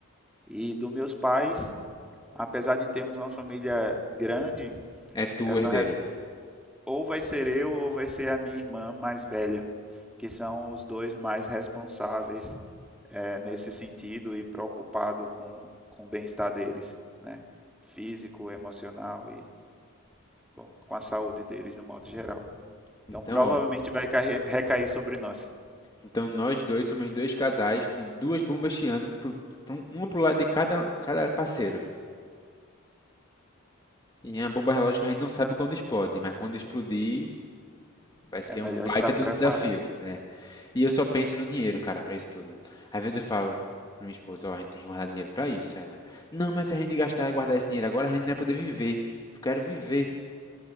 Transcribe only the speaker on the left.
é tu,
herdeiro.
Então,
ó,
então nós dois somos dois casais com duas bombas chiando, pro, pro, uma pro lado de cada, cada parceiro. E a bomba relógio que a gente não sabe quando explode, mas quando explodir, vai ser
um baita
de
um Ah, desafio, né? E eu só penso no dinheiro, cara, pra isso tudo. Às vezes eu falo pra minha esposa, ó, a gente tem que guardar dinheiro pra isso. Ela, não, mas se a gente gastar e guardar esse dinheiro agora, a gente não vai poder viver. Eu quero viver.